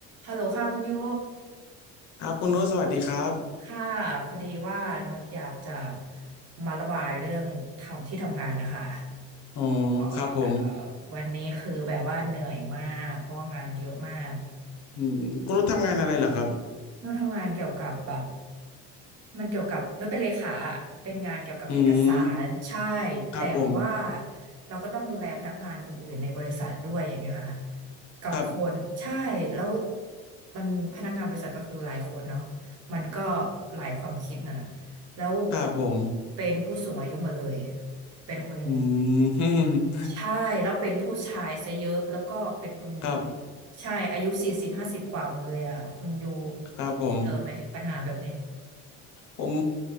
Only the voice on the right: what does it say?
ฮัลโหลค่ะคุณยู
ค่ะพอดีว่านุชอยากจะมาระบายเรื่องทำที่ทำงานนะคะ
เอ่อเอ่อวันนี้คือแบบว่าเหนื่อยมากเพราะว่างานเยอะมาก
นุชทำงานเกี่ยวกับแบบ มันเกี่ยวกับด้วยเป็นเลขาอะเป็นงานเกี่ยวกับเอกสารใช่
แต่ว่าเราก็ต้องดูแลพนักงานคนอื่นในบริษัทด้วยอย่างเงี้ยค่ะกับคนใช่แล้ว
มันพนักงานบริษัทก็คือหลายคนเนาะมันก็หลายความคิดนะแล้ว
เป็นผู้สูงอายุหมดเลยเป็นคน
ใช่แล้วเป็นผู้ชายซะเยอะแล้วก็เป็นคุณ
ใช่อายุสี่สิบห้าสิบกว่าหมดเลยอ่ะคุณอยู่
ไปเจอไหมปัญหาแบบนี้